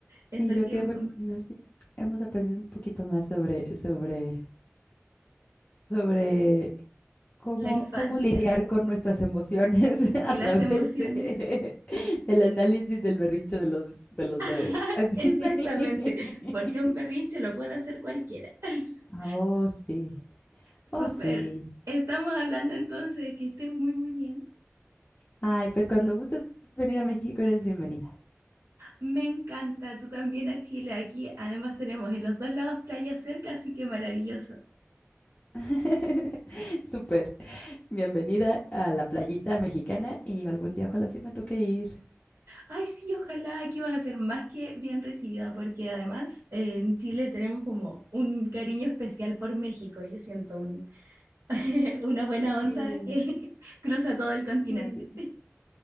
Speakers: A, on the right; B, on the left.
A: en
B: Y
A: lo
B: yo
A: que
B: qué
A: hemos
B: boni-
A: conversado.
B: y yo sí, hemos aprendido un poquito más sobre, sobre, sobre cómo,
A: La infancia
B: cómo lidiar con nuestras emociones <laughs>
A: y
B: a través
A: las emociones.
B: de, del análisis del berrinche de los, de los
A: <laughs>
B: bebés. Así.
A: Exactamente,
B: <laughs>
A: porque un berrinche lo puede hacer cualquiera. <laughs>
B: Ah, Oh, sí.
A: Súper.
B: Oh, sí.
A: Estamos hablando entonces, que estés muy, muy bien.
B: Ay, pues cuando gustes venir a México eres bienvenida.
A: Me encanta, tú también a Chile. Aquí además tenemos en los dos lados playas cerca, así que maravilloso.
B: <laughs> Súper. Bienvenida a la playita mexicana y algún día ojalá sí me toque ir.
A: Ay, sí, ojalá aquí vas a ser más que bien recibida, porque además eh, en Chile tenemos como un cariño especial por México. Yo siento un- <laughs> una buena
B: Eh,
A: onda que <laughs> cruza todo el continente.
B: Sí,